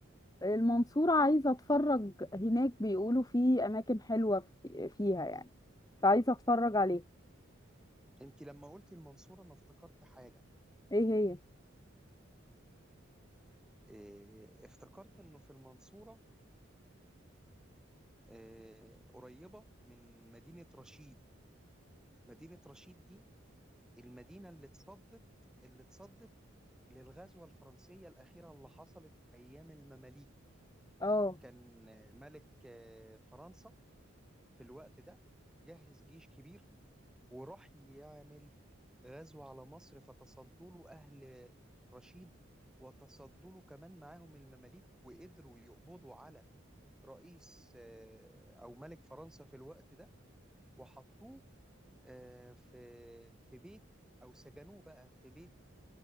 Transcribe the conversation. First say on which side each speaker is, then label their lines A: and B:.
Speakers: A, on the left; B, in the centre.
A: المنصورة عايزة اتفرج هناك بيقولوا في اماكن حلوة في- فيها يعني فعايزة اتفرج عليه
B: انت لما قلتي المنصورة انا افتكرت حاجة
A: ايه هي
B: آه، افتكرت انه في المنصورة آه، قريبة من مدينة رشيد مدينة رشيد دي المدينة اللي اتصدت اللي اتصدت للغزوة الفرنسية الأخيرة اللي حصلت أيام المماليك
A: اه
B: كان آه، ملك آه، فرنسا في الوقت ده جهز جيش كبير وراح يعمل غزو على مصر فتصدوا له أهل رشيد وتصدوا له كمان معاهم المماليك وقدروا يقبضوا على رئيس آه، أو ملك فرنسا في الوقت ده وحطوه آه، في في بيت او سجنوه بقى في بيت